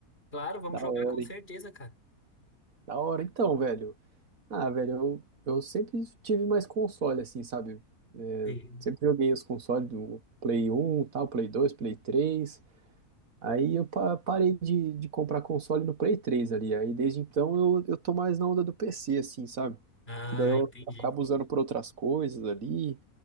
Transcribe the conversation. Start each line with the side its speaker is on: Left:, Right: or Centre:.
Left: claro, vamos
Right: Da
Left: jogar
Right: hora,
Left: com certeza,
Right: hein?
Left: cara.
Right: Da hora, então, velho. Ah, velho, eu, eu sempre tive mais console, assim, sabe? É,
Left: Sim.
Right: sempre joguei os consoles do Play 1, tal, Play 2, Play 3. Aí eu pa- parei de, de comprar console no Play 3 ali. Aí desde então eu, eu tô mais na onda do PC, assim, sabe?
Left: Ah,
Right: Que daí eu
Left: entendi.
Right: acabo usando por outras coisas ali,